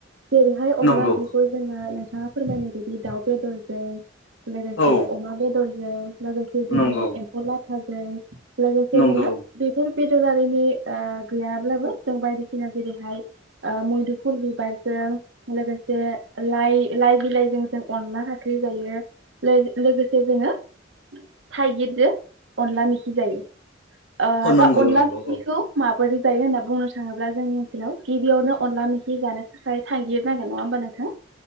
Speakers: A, on the right; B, on the left.
A: जेरैहाय अनला
B: नंगौ
A: ओंख्रिखौ जोङो नोंथाङा फोरमायनाय बायदि दाउ बेदरजों लोगोसे
B: औ
A: अमा बेदरजों लोगोसे जोङो
B: नंगौ
A: एम्फौ लाथाजों लोगोसे
B: नंगौ
A: जोङो बिफोर बि दरारिनि ओ गैयाब्लाबो जों बायदिसिना जेरैहाय ओ मैदुफुल बिबारजों लोगोसे लाइ लाइ बिलाइजों जों अनला हाख्रि जायो लोग लोगोसे जोङो थाइगिरजों अनला मेखि जायो ओ
B: अ नंगौ
A: दा अनला
B: नंगौ
A: मेखिखौ
B: औ
A: मा बोरै जायो होनना बुंनो थाङोब्ला जोंनि ओनसोलाव गिबियावनो अनला मेखि जानो थाखाय थांगिर नांगोन नङा होमब नोंथा